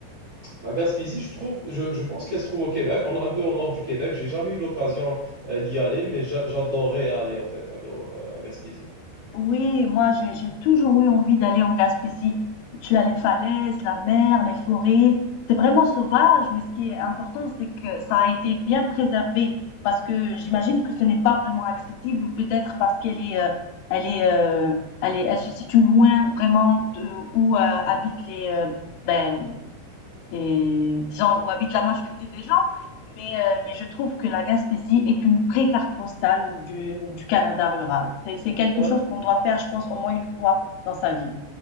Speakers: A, on the right; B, on the left.
A: La Gaspésie, je trouve, je, je pense qu'elle se trouve au Québec, on est un peu au nord du Québec. J'ai jamais eu l'occasion euh, d'y aller, mais j'a- j'adorerais aller en fait à, Ga- à Gaspésie.
B: Oui, moi j'ai j'ai toujours eu envie d'aller en Gaspésie. Tu as les falaises, la mer, les forêts. C'est vraiment sauvage, mais ce qui est important, c'est que ça a été bien préservé. Parce que j'imagine que ce n'est pas vraiment accessible, ou peut-être parce qu'elle est, euh, elle est, euh, elle est, elle se situe loin vraiment de où euh, habitent les, euh, ben, et disons où habite la majorité des gens. Mais, euh, mais je trouve que la Gaspésie est une vraie carte postale du, du Canada rural. C'est, c'est quelque
A: Ouais,
B: chose qu'on doit faire, je pense, au moins une fois dans sa vie.